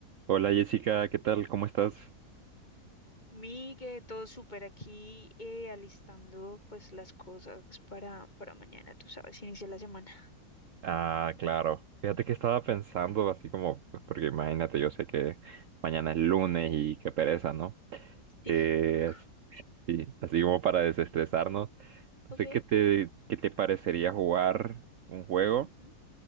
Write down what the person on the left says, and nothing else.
Migue, todo súper aquí, eh, alistando pues las cosas para, para mañana, tú sabes, inicia la semana. <laughs>
Sí,
un poco.
Ok.
ujú,